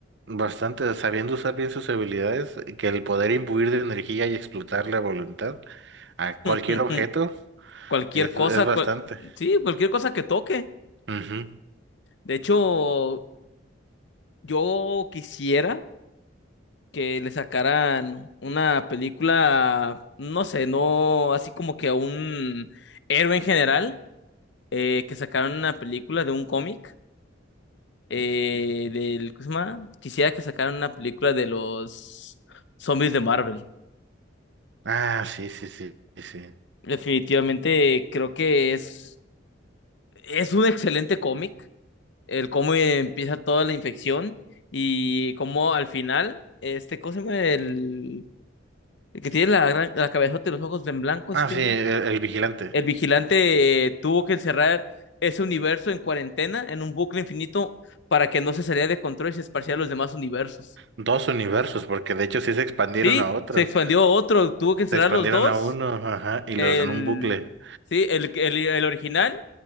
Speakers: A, on the right (about 65°); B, on the left (about 65°).
A: Bastante, sabiendo usar bien sus habilidades, que el poder imbuir de energía y explotar la voluntad a cualquier
B: <laughs>
A: objeto
B: Cualquier
A: es,
B: cosa,
A: es bastante.
B: cual- sí, cualquier cosa que toque.
A: Ujú.
B: De hecho, yo quisiera que le sacaran una película, no sé, no así como que a un héroe en general eh, que sacaron una película de un cómic, eh, del, ¿cómo se llama? Quisiera que sacaran una película de los zombies de Marvel.
A: Ah, sí, sí, sí, sí. sí.
B: Definitivamente creo que es, es un excelente cómic, el cómo empieza toda la infección y cómo al final, este, ¿cómo se llama? El, el que tiene la, gran- la cabezota y los ojos en blanco,
A: Ah,
B: este.
A: sí, el, el vigilante.
B: El vigilante eh, tuvo que encerrar ese universo en cuarentena, en un bucle infinito, para que no se saliera de control y se esparciera a los demás universos.
A: Dos universos, porque de hecho sí se expandieron
B: Sí,
A: a otro.
B: se expandió a otro, tuvo que encerrar
A: Se expandieron
B: los dos,
A: a uno, ajá, y
B: el,
A: los en un bucle.
B: sí, el, el, el original